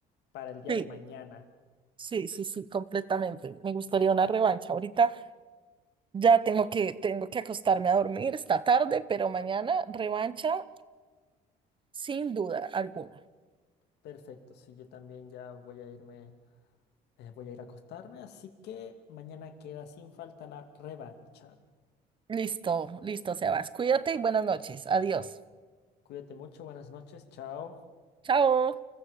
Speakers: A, on the left; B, on the right.
A: para el día
B: Sí,
A: de mañana.
B: sí, sí, sí, completamente. Me gustaría una revancha. Ahorita ya tengo que, tengo que acostarme a dormir, está tarde, pero mañana revancha sin duda alguna.
A: Perfecto, sí, yo también ya voy a irme, eh, voy a ir a acostarme, así que mañana queda sin falta la revancha.
B: Listo, listo, Sebas. Cuídate y buenas noches. Adiós.
A: Cuídate mucho, buenas noches, chao.
B: Chao.